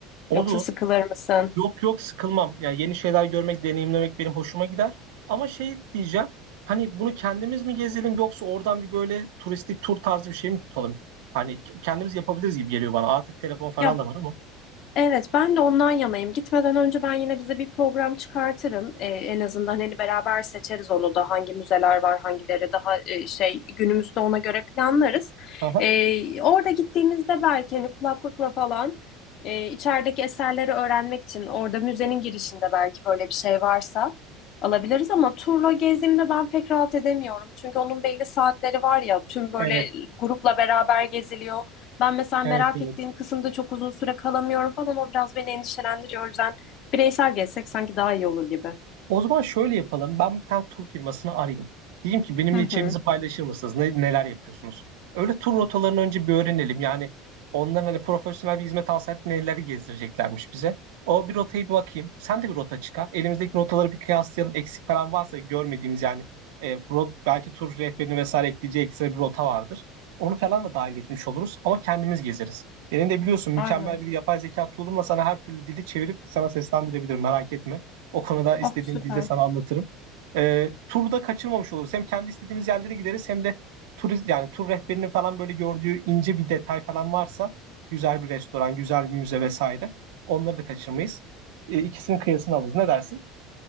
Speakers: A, on the right; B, on the left.
A: Olur.
B: Yoksa sıkılır mısın?
A: Yok yok sıkılmam. Yani yeni şeyler görmek, deneyimlemek benim hoşuma gider. Ama şey diyeceğim. Hani bunu kendimiz mi gezelim yoksa oradan bir böyle turistik tur tarzı bir şey mi tutalım? Hani kendimiz yapabiliriz gibi geliyor bana. Artık telefon falan
B: Ya
A: da var ama.
B: Evet, ben de ondan yanayım. Gitmeden önce ben yine bize bir program çıkartırım. Ee, en azından hani beraber seçeriz onu da hangi müzeler var, hangileri daha e, şey günümüzde ona göre planlarız.
A: Aha,
B: Ee, orada gittiğimizde belki hani kulaklıkla falan e, içerideki eserleri öğrenmek için orada müzenin girişinde belki böyle bir şey varsa alabiliriz ama turla gezdiğimde ben pek rahat edemiyorum. Çünkü onun belli saatleri var ya tüm böyle
A: evet,
B: grupla beraber geziliyor. Ben mesela
A: evet,
B: merak
A: evet.
B: ettiğim kısımda çok uzun süre kalamıyorum falan. O biraz beni endişelendiriyor. O yüzden bireysel gezsek sanki daha iyi olur gibi.
A: O zaman şöyle yapalım. Ben bir tane tur firmasını arayayım. Diyeyim ki benimle
B: Hı
A: içeriğinizi
B: hı.
A: paylaşır mısınız? Ne- neler yapıyorsunuz? Öyle tur rotalarını önce bir öğrenelim. Yani onların hani profesyonel bir hizmet alsaydık neleri gezdireceklermiş bize. O bir rotayı bir bakayım. Sen de bir rota çıkar. Elimizdeki rotaları bir kıyaslayalım. Eksik falan varsa görmediğimiz yani e, ro- belki tur rehberini vesaire ekleyeceği ekstra bir rota vardır. Onu falan da dahil etmiş oluruz ama kendimiz gezeriz. Benim de biliyorsun mükemmel
B: Aynen.
A: bir yapay zeka tool'umla sana her türlü dili çevirip sana seslendirebilirim merak etme. O konuda istediğim
B: Ah süper.
A: dilde sana anlatırım. Ee, turda kaçırmamış oluruz. Hem kendi istediğimiz yerlere gideriz hem de turist yani tur rehberinin falan böyle gördüğü ince bir detay falan varsa güzel bir restoran, güzel bir müze vesaire. Onları da kaçırmayız. Ee, ikisinin kıyasını alırız. Ne dersin?